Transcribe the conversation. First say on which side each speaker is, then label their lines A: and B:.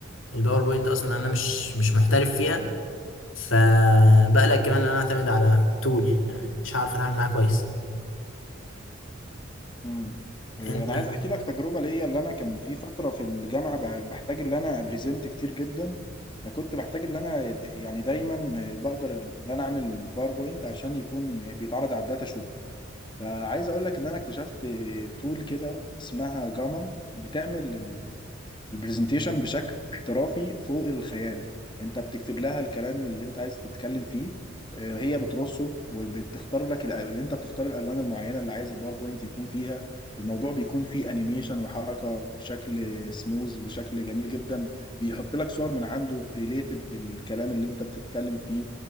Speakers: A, on the left; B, on the left.
A: الباوربوينت اصلا انا مش مش محترف فيها فبقلق كمان ان انا اعتمد على تول يعني مش عارف اتعامل معاه كويس
B: امم إيه،
A: انت
B: انا عايز احكي لك تجربه ليا اللي انا كان في فتره في الجامعه بح- بحتاج ان انا ابريزنت كتير جدا فكنت بحتاج ان انا د- يعني دايما بقدر ان انا اعمل باوربوينت عشان يكون بيتعرض على الداتا شو فعايز اقول لك ان انا اكتشفت تول كده اسمها جاما بتعمل البرزنتيشن بشكل احترافي فوق الخيال انت بتكتب لها الكلام اللي انت عايز تتكلم فيه آه، هي بترصه وبتختار لك الأ- انت بتختار الالوان المعينه اللي عايز الباوربوينت يكون فيها الموضوع بيكون فيه انيميشن وحركه بشكل سموز وشكل جميل جدا بيحط لك صور من عنده ريليتد بالكلام اللي انت بتتكلم فيه